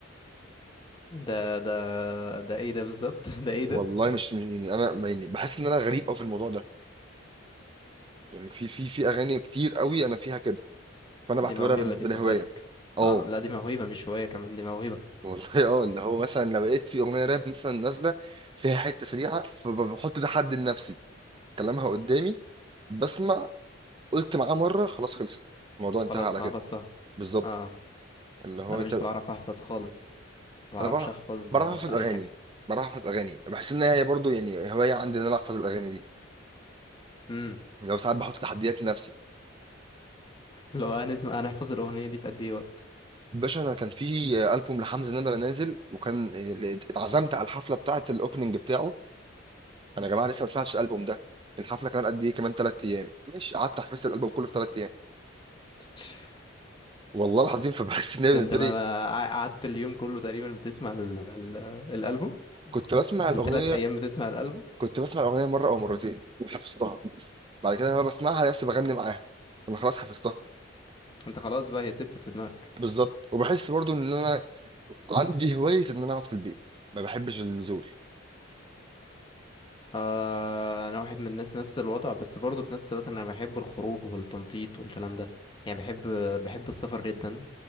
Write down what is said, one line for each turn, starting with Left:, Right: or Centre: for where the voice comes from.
Left: ده ده ده ايه ده بالظبط <laughs> ده ايه ده
Right: والله مش مش يعني انا ما- يعني بحس ان انا غريب قوي في الموضوع ده يعني في في في اغاني كتير قوي انا فيها كده فانا بعتبرها
Left: دي موهبة
Right: بالنسبه
Left: دي خد
Right: لي هوايه
Left: بالك
Right: اه
Left: اه لا دي موهبة مش هواية كمان دي موهبة
Right: والله اه اللي هو مثلا لو لقيت في اغنيه راب مثلا نازله فيها حته سريعه فبحط ده حد لنفسي كلامها قدامي بسمع قلت معاه مره خلاص خلصت الموضوع
Left: خلاص
Right: انتهى على
Left: حفظتها
Right: كده بالظبط
Left: اه
Right: اللي هو
Left: لا انا
Right: انت
Left: مش بعرف احفظ خالص ما بعرفش
Right: انا بعرف
Left: احفظ ب-
Right: بعرف احفظ
Left: بأي
Right: اغاني
Left: حاجة
Right: بعرف احفظ اغاني بحس ان هي برضو يعني هوايه عندي ان انا احفظ الاغاني دي
Left: امم
Right: يعني لو ساعات بحط تحديات لنفسي
Left: لو هنسمع هنحفظ الأغنية دي في قد ايه وقت
Right: باشا انا كان في البوم لحمزه نمره نازل وكان اتعزمت على الحفله بتاعه الاوبننج بتاعه انا يا جماعه لسه ما سمعتش الالبوم ده الحفله كمان قد ايه كمان 3 ايام مش قعدت حفظت الالبوم كله في 3 ايام
Left: <laughs>
Right: والله العظيم فبحس ان هي
Left: ده
Right: بالنسبه
Left: انت ما
Right: لي
Left: ما قع- قعدت اليوم كله تقريبا بتسمع ال ال الألبوم
Right: كنت بسمع الاغنيه
Left: التلات أيام بتسمع الألبوم
Right: كنت بسمع الاغنيه مره او مرتين حفظتها بعد كده انا بسمعها نفسي بغني معاها انا خلاص حفظتها
Left: انت خلاص بقى هي سبتت في دماغك
Right: بالظبط وبحس برضو ان انا عندي هواية إن أنا أقعد في البيت ما بحبش النزول
Left: آه انا واحد من الناس نفس الوضع بس برضه في نفس الوقت انا بحب الخروج والتنطيط والكلام ده يعني بحب بحب السفر جدا